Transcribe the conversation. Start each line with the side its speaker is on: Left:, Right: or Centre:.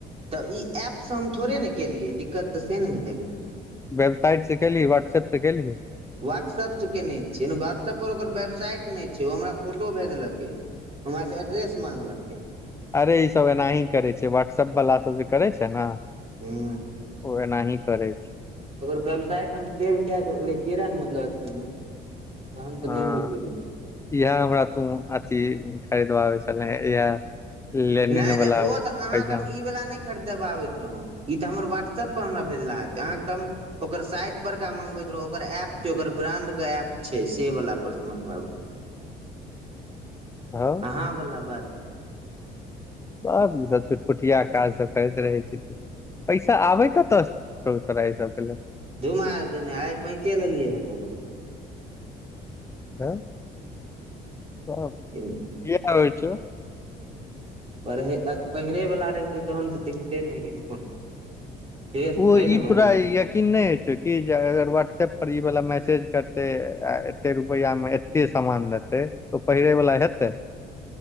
Right: तऽ ई ऐपसँ हम थोड़े ने केलियै दिक्कत तऽ से ने भए गेलै
Left: वेबसाइट से केली व्हाट्सऐप से केलही
Right: व्हाट्सएप केने छियै ने व्हा्सऐप पर ओकर वेबसाइट नहि छै ओ हमरा फोटो भेजलकै हमरासँ एड्रेस माँगलकै
Left: अरे ई सब एनाही करै छै व्हाट्सऐप वाला सब जे करै छै ने
Right: हूं
Left: ओ एनाही करै छै
Right: ओकर वेबसाइट हम सेव क के लेतियै रे ने मतलब अथी मे तहन तऽ
Left: हँ
Right: नहि होइत देख
Left: इएह हमरा तू अथी खरीदबाबै छलै इएह लेनिन
Right: नहि नहि
Left: वाला
Right: ओ तऽ अहाँके
Left: पैजाम
Right: हम ई वाला नहि खरीदबाबैत रहौ ई तऽ हमर व्हाट्सऐप पर हमरा भेजला ह अहाँके तऽ हम ओकर साइड परका मंगबैत रहौ ओकर एप्प छै ओकर ब्रांड के एप्प छै से वला पर मंगबाब
Left: अहो
Right: हँ बला बात
Left: त ई सब चुटकुटिया काज सब करैत रहै छी पैसा आबे कतऽ से छो तोरा इ सबलेल
Right: धुममा आइ पैंचे लेलियै रह ककरोसँ
Left: भ त <unintelligible>
Right: ज <unintelligible>
Left: इहे करै छ
Right: पढ़ै पहिरैवला रहितै तहन तऽ दिक्कते नहि रहै कोनो से छै
Left: ओ
Right: ने
Left: ई
Right: मेन।
Left: तोरा य नहि होइ छौ कि जे अगर वाट्सएप पर व मैसेज करतै आ एते रुपआ मे एते सामान देतै तऽ पहिरै वला हेतै